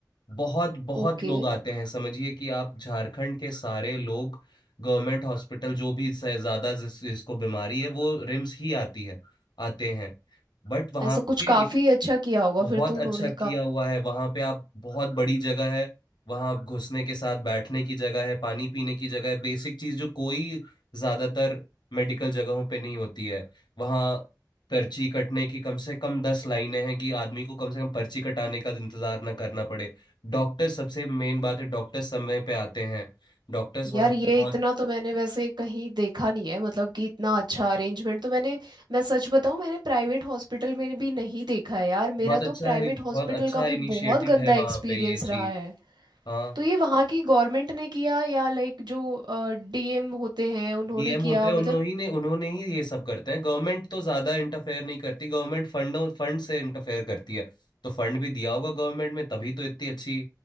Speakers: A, on the left; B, on the right.
A: बहुत बहुत
B: ओके
A: लोग आते हैं समझिए कि आप झारखंड के सारे लोग गवर्नमेंट हॉस्पिटल जो भी स- ज्यादा जिस, जिसको बीमारी है वो रिम्स ही आती है आते हैं बट वहां
B: ऐसा
A: पे
B: कुछ काफी अच्छा किया होगा
A: बहुत
B: फिर तो उन्होंने
A: अच्छा किया हुआ है वहां पे आप बहुत बड़ी जगह है वहां आप घुसने के साथ बैठने की जगह है पानी पीने की जगह है बेसिक चीज जो कोई ज्यादातर मेडिकल जगहों पे नहीं होती है वहां पर्ची कटने की कम से कम दस लाइनें हैं कि आदमी को कम से कम पर्ची कटाने का इंतजार ना करना पड़े डॉक्टर सबसे मेन बात है डॉक्टर समय पे आते हैं डॉक्टर्स वहां
B: यार
A: पे
B: ये
A: बहुत
B: इतना तो मैंने वैसे कहीं देखा नहीं है मतलब कि इतना अच्छा अरेंजमेंट तो मैंने मैं सच बताऊं मैंने प्राइवेट हॉस्पिटल में भी नहीं देखा है यार
A: बहुत
B: मेरा
A: अच्छा
B: तो प्राइवेट
A: है बहुत
B: हॉस्पिटल
A: अच्छा
B: का भी
A: इनिशिएटिव
B: बहुत गंदा
A: है वहां
B: एक्सपीरियंस
A: पे ये चीज
B: रहा है
A: हाँ
B: तो ये वहाँ की गवर्नमेंट ने किया या लाइक जो डीएम होते हैं उन्होंने
A: डीएम होते
B: किया
A: हैं
B: मतलब
A: उन्होंने ही ने उन्होंने ही ये सब करते हैं गवर्नमेंट तो ज्यादा इंटरफेयर नहीं करती गवर्नमेंट फंडों फंड से इंटरफेयर करती है तो फंड भी दिया होगा गवर्नमेंट में तभी तो इतनी अच्छी